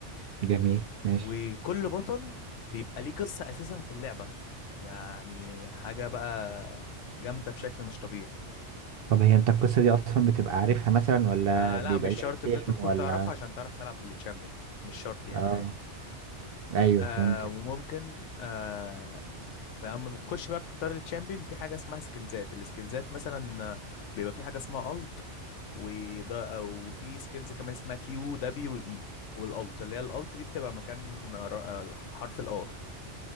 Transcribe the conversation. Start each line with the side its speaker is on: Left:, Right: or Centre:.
Right: جميل ماشي
Left: وكل بطل بيبقى ليه قصة أساسا في اللعبة يعني حاجة بقى جامدة بشكل مش طبيعي
Right: طب هي انت القصة دي اصلا بتبقى عارفها مثلا ولا
Left: آه
Right: بيبقى
Left: لا مش شرط
Right: ليها فيلم
Left: إن أنت تكون
Right: ولا
Left: تعرفها عشان تعرف تلعب بالتشامبيون مش شرط يعني
Right: اه
Left: عادي
Right: ايوه
Left: آه
Right: فهمتك
Left: وممكن آه بقى أما بتخش بقى بتختار التشامبيون في حاجة اسمها سكيلزات السكيلزات مثلا آه، بيبقى في حاجة اسمها ألت وده وفي سكيلز كمان اسمها كيو دبليو الاي والالت اللي هي الالت دي بتبقى مكان ر- آه، حرف الار